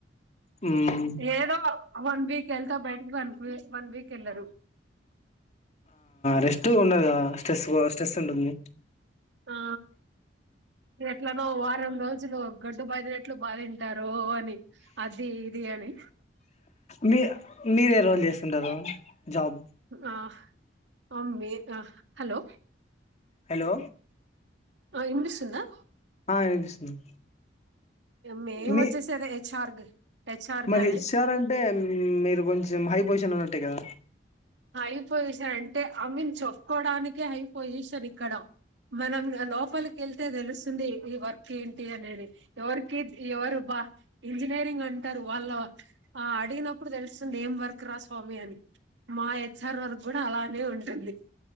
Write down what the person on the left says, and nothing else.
ఉమ్
రెస్ట్ ఉండదు ఆ స్ట్రెస్ వో స్ట్రెస్ ఉంటుంది
మీ మీరే రోల్ చేస్తుంటారు జాబ్
హలో
ఆ వినిపిస్తుంది
మీ
మరి
హెచ్ఆర్ అంటే మీరు కొంచెం హై పొజిషన్ ఉన్నట్టే కదా